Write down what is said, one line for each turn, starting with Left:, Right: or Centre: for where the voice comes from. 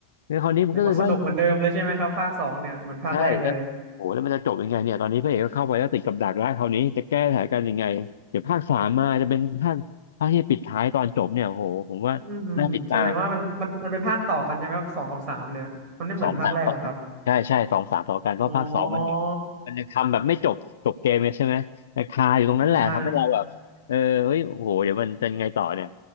Left: แล้วคราวนี้มันก็เลยว่า
Right: แสดงว่าสนุกเหมือนเดิมเลยใช่ไหมครับภาคสองเนี่ยเหมือนภาคแรกเลย
Left: ใช่แล้วโอ้โหแล้วมันจะจบยังไงเนี่ยตอนนี้พระเอกก็เข้าไปแล้วติดกับดักแล้วคราวนี้จะแก้สถานการณ์ยังไงเดี๋ยวภาคสามมาจะเป็นภาคภาคที่ปิดท้ายตอนจบเนี่ยโอ้โหผมว่าน่าติดตาม
Right: อืมแสดงว่ามันมันมันเป็นภาคต่อกันใช่ไหมครับสองกับสามเนี่ยมันไม่เหมือนภาคแรกหรอครับ
Left: สองสามต่อกันใช่ใช่สองสามต่อกันเพราะภาคสองมันเหมือนมันยังทำแบบไม่จบจบเกมเลยใช่ไหมมันคาอยู่ตรงนั้นแหละทำให้เราแบบเออเฮ้ยโอ้โหเดี๋ยวมันจะยังไงต่อเนี่ย
Right: อ๋ออืมใช่